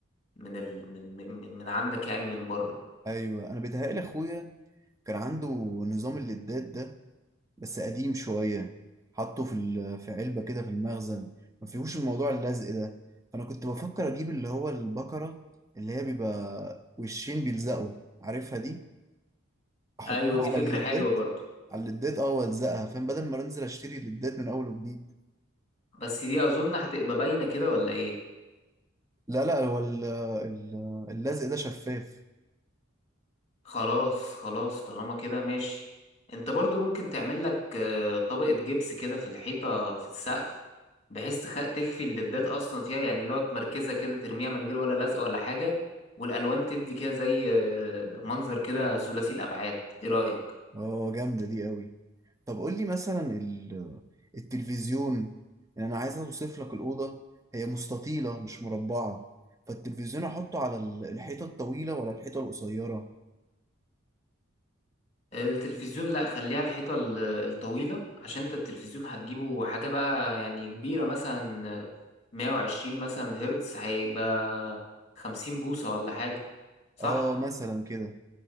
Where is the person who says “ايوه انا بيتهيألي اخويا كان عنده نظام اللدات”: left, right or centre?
Right